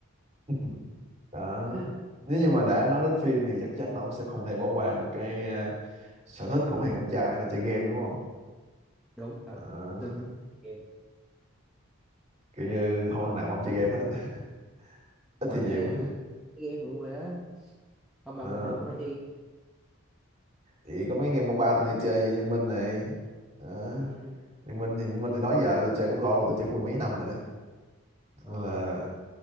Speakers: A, on the right (about 30°); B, in the centre.
A: <laughs> đó
B: <laughs>
A: nếu như mà đã nói đến phim thì chắc chắn là ông sẽ không thể bỏ qua một cái ờ, sở thích của mấy thằng con trai đó là chơi game đúng không
B: đúng ờ
A: Ờ,
B: tôi cũng thích chơi game
A: kiểu như không thằng nào mà không chơi game hết <laughs> ít
B: ờ
A: thì nhiều
B: nãy là tôi thích chơi game luôn rồi đó ông mà
A: đó.
B: bình thường ông hay chơi game
A: thì có mấy game MOBA tôi hay chơi như Liên Minh này đó.
B: ừ
A: Liên Minh thì Liên Minh thì đó giờ tôi chơi cũng lâu rồi tôi chơi cũng mười mấy năm rồi đó
B: ờ
A: nên là,